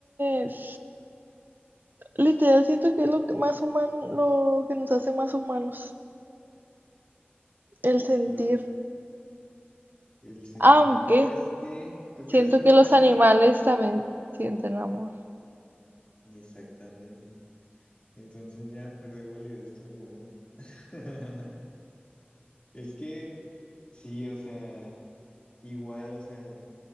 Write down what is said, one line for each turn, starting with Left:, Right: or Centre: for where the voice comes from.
Right: es... Literal siento que es lo que más humano, lo que nos hace más humanos, el sentir.
Left: Lo- el sentir.
Right: Aunque
Left: ¿Tú crees que, tú crees
Right: siento
Left: que una...
Right: que los animales también sienten amor.
Left: Exactamente. Entonces ya perdió validez tu argumento. <laughs> Es que, sí, o sea, igual, o sea...